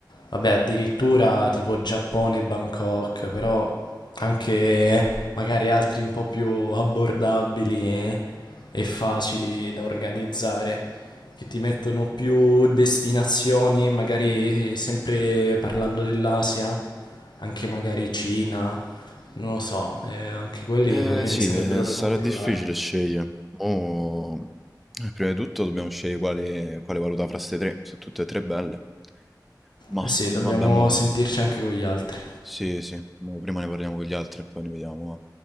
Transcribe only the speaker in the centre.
Eh
sì,
eh,
sarà
difficile scegliere. Mo... eh, Prima di tutto dobbiamo scegliere quale, quale valuta fra ste tre. Sono tutte e tre belle. Ma
vabbè, mo...
Sì, sì, mo prima ne parliamo con gli altri e poi ne vediamo. va.